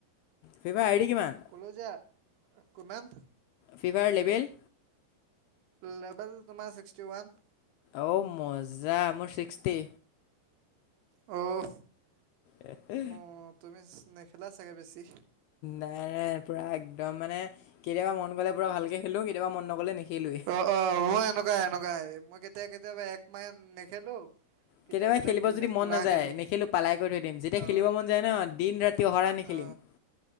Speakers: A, on the left; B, on the right.
A: ফ্ৰী ফায়াৰ আইডি কিমান?
B: ক'লোঁ যে আ কিমান?
A: Free fire level?
B: লেবেল তোমাৰ ছিক্সটি ৱান।
A: অঔ মজা মোৰ ছিক্সটি।
B: অঁ
A: এ
B: অ তুমি নেখেলা চাগে বেছি।
A: নাই নাই পুৰা একদম মানে কেতিয়াবা মন গ'লে পুৰা ভালকে খেলো কেতিয়াবা মন নগ'লে নেখেলোৱেই।
B: অ অ মোৰ এনেকুৱা এনেকুৱাই মই কেতিয়া কেতিয়াবা একমাহ নেখেলো। কেতিয়া
A: কেতিয়াবা
B: কেতিয়া
A: খেলিব
B: খেলিলে
A: যদি মন
B: পুৰা
A: নাযায়
B: খেলো
A: নেখেলোঁ পালাই কৰী থৈ দিম, যেতিয়া
B: অ
A: খেলিব মন যায় ন দিন ৰাতি অহৰা নেখেলিম।
B: অ